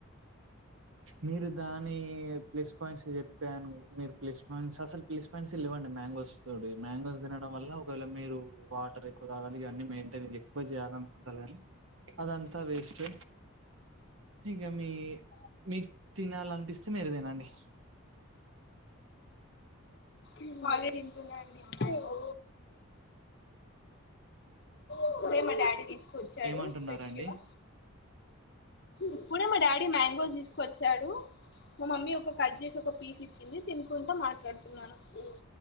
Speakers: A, on the right; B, on the left.
A: మీరు దాని ప్లస్ పాయింట్స్ చె పాను మీరు ప్లేస్ పాయింట్స్ అసలు ప్లస్ పాయింట్స్ ఇవ్వండి మ్యాంగోస్ తోటి మ్యాంగోస్ తినడం వల్ల ఒకవేళ మీరు వాటర్ ఎక్కువ తాగాలి ఇవీ మెయింటైన్ ఎక్కువ చేయాల అనుకుంటాన్లు కాగానీ అదంతా వేస్ట్ ఇక మీ మీకు తినాలనిపిస్తే మీరు తినండి
B: ఇవాళే తింటున్నాండి మాంగో ఇప్పుడే మా డాడీ తీసుకొచ్చాడు
A: ఏమంటున్నారండి?
B: ఫ్రెష్గా ఇప్పుడే మా డాడీ మ్యాంగోస్ తీసుకొచ్చాడు మా మమ్మీ ఒక కట్ చేసి ఒక పీస్ ఇచ్చింది తినుకుంటు మాట్లాడుతున్నా ఉమ్